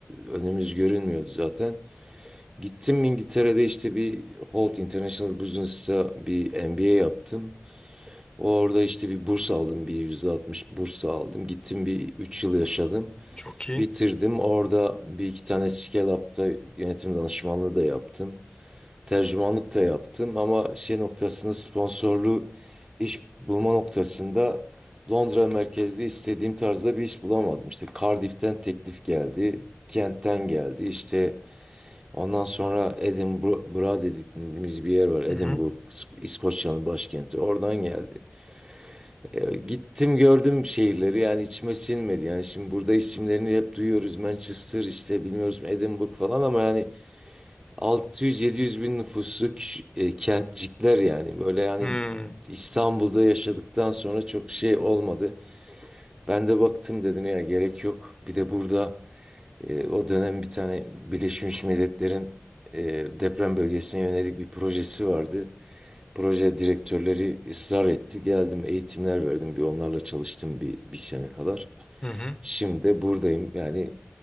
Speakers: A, on the right (about 20°); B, on the left (about 20°).
A: önümüz görünmüyordu zaten. Gittim İngiltere'de işte bir Holt International Business'ta bir MBA yaptım. Orada işte bir burs aldım bir %60 burs aldım. Gittim bir 3 yıl yaşadım.
B: Çok iyi.
A: Bitirdim. Orada bir iki tane Scale Up'ta yönetim danışmanlığı da yaptım tercümanlık da yaptım ama şey noktasında sponsorlu iş bulma noktasında Londra merkezli istediğim tarzda bir iş bulamadım. İşte Cardiff'ten teklif geldi, Kent'ten geldi. İşte ondan sonra Edinburgh dediğimiz bir yer var. Edinburgh,
B: Hı-hı.
A: İsk- İskoçya'nın başkenti. Oradan geldi. E, gittim gördüm şehirleri yani içime sinmedi. Yani şimdi burada isimlerini hep duyuyoruz. Manchester işte bilmiyoruz Edinburgh falan ama yani 600-700 bin nüfuslu kişi- e, kentcikler yani böyle hani
B: Hmm.
A: İstanbul'da yaşadıktan sonra çok şey olmadı. Ben de baktım dedim ya gerek yok. Bir de burada e, o dönem bir tane Birleşmiş Milletler'in e, deprem bölgesine yönelik bir projesi vardı. Proje direktörleri ısrar etti. Geldim eğitimler verdim bir onlarla çalıştım bir, bir sene kadar.
B: Hı-hı.
A: Şimdi de buradayım yani